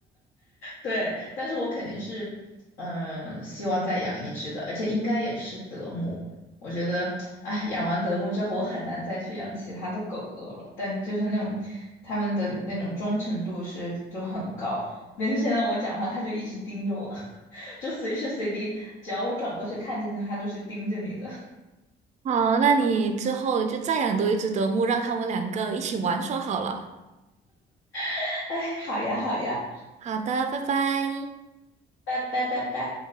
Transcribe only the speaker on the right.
好，那你之后就再养多一只德牧，让他们两个一起玩耍好了。
好的，拜拜。